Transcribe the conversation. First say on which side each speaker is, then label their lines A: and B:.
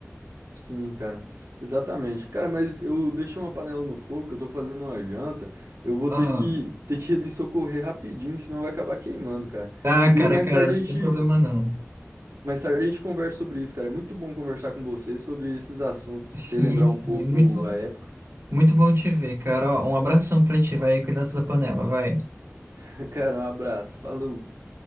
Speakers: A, on the right (about 80°); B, on the right (about 55°).
A: Sim, cara, exatamente. Cara, mas eu deixei uma panela no fogo, eu tô fazendo uma janta, eu vou
B: Ah,
A: ter que ter que <laughs> ir ali socorrer rapidinho, senão vai acabar queimando, cara.
B: ah,
A: E daí
B: cara,
A: mais
B: cara,
A: tarde
B: não
A: a gente,
B: tem problema não.
A: mais tarde a gente conversa sobre isso, cara. É muito bom conversar com você sobre esses assuntos,
B: Sim,
A: relembrar
B: sim,
A: um pouco
B: muito.
A: a época.
B: Muito bom te ver, cara. Ó, Um abração pra ti, vai cuidar da tua panela, vai.
A: <laughs> Cara, um abraço, falou.